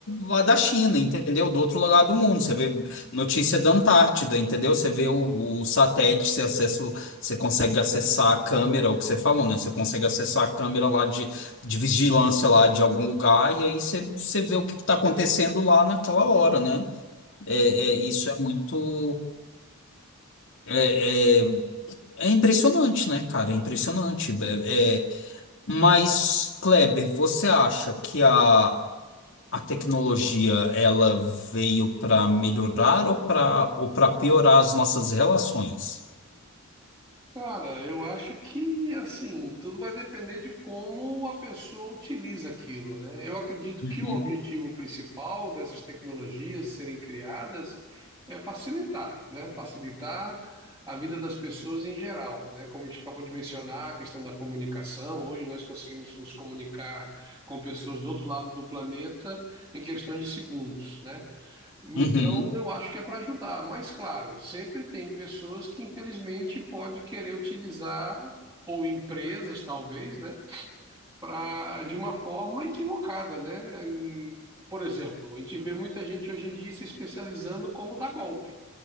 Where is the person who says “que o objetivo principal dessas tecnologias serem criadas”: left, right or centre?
Right